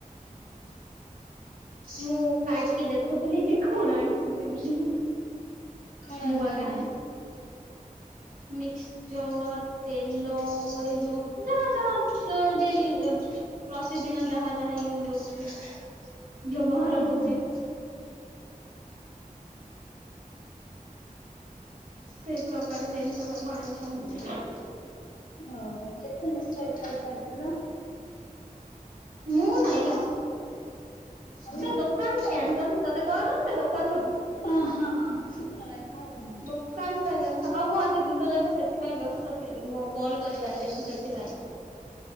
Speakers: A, on the right (about 75°); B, on the left (about 65°).
A: ମୁଁ କାଢିକି ଦେଖୁଥିଲି କି କଣ ଆଣିଛନ୍ତି ବୋଲି।
B: କଣ
A: ମୁଁ
B: ଆଣିଛନ୍ତି
A: ଆକା ମିକ୍ସଚର ତେଲ, ଏଇ ଯୋଉ ଯାହା ଯାହା ଯୋଉ ଡେଲି ପ୍ରତିଦିନ ଯାହା ଯାହା ୟୁଜ୍ ହଉଛି, ବ୍ୟବହାର
B: ହୁଁ
A: ହଉଛି।
B: ହୁଁ।
A: ସେଇ ପ୍ରକାର ଜିନିଷ ସବୁ ଆଣିଛନ୍ତି।
B: ଓହୋଃ, କେତେ ମିକ୍ସଚର ଖାଇସାରିଥିଲ?
A: ମୁଁ ନାଇଁଲୋ, ଏଟା
B: ଆଉ
A: ଦୋ କାନ ପାଇଁ ଆଣିଛନ୍ତି, ତତେ କହିନଥିଲି ଦୋକାନ ବୋଲି।
B: ଓ ହଁ, ହଁ, ଶୁକ୍ରବାର ପହରଦିନ
A: ଦୋକାନ ପାଇଁ ଜିନିଷ ଆଉ ମୁଁ ଆଜି ଦିନ ଯାକ ସେ ଥିପାଇଁ ବ୍ୟସ୍ତ ଥିଲି ମୁଁ ଆଉ କଲ୍ କରିପାରିଲିନି ସେଥିପାଇଁକା।